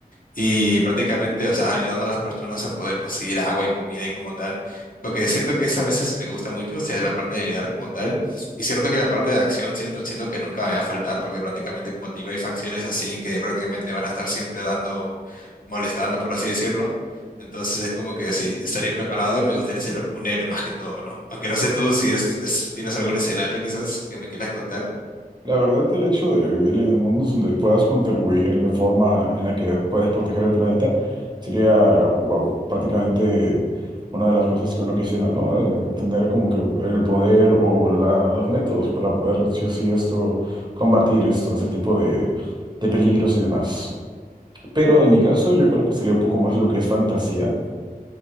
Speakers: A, on the left (about 60°); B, on the right (about 30°).
A: y prácticamente, o sea, ayudando a las personas a poder conseguir agua y comida y como tal, porque siento que esa a veces me gusta mucho, o sea, la parte de ayudar como tal, y cierto que la parte de acción siento, siento que nunca me va a faltar, porque prácticamente, como te digo, hay facciones así que prácticamente van a estar siempre dando, molestando, por así decirlo, entonces es como que sí, estaría preparado y me gustaría ser un héroe más que todo, ¿no? Aunque no sé tú si es, es- tienes algún escenario quizás que me quieras contar.
B: La verdad, el hecho de vivir en mundos donde puedas contribuir de forma en la que puedes proteger el planeta sería, wow, prácticamente una de las cosas que uno quisiera, ¿no? Eh, tener como que el poder o la- los métodos para poder, sí o sí, esto, combatir esto, ese tipo de, de peligros y demás. Pero en mi caso, yo creo que sería un poco más lo que es fantasía.